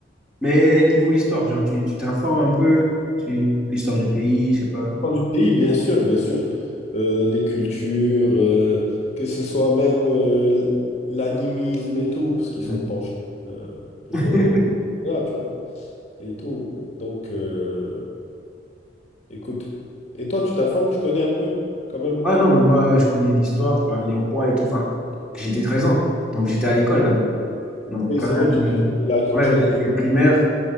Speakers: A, in the centre; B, on the left.
A: mais niveau histoire, genre, tu tu t'informes un peu, tu, l'histoire du pays, je sais pas.
B: on Parle du pays, bien sûr, bien sûr. Euh, les cultures, euh, que ce soit même euh, l'animisme et tout, parce qu'ils sont
A: Mm.
B: penchés euh, plutôt
A: <laughs>
B: euh, là, tu vois, et tout. Donc, euh, écoute. Et toi, tu t'informes, tu connais un peu, quand même?
A: Ah non, mais moi, je connais l'histoire, enfin, les rois et tout. Enfin, j'étais 13 ans, donc j'étais à l'école là-bas. Donc,
B: Oui,
A: quand
B: c'est vrai, tu,
A: même,
B: tu-
A: euh,
B: la culture
A: ouais,
B: du
A: j'ai
B: pays.
A: fait le primaire.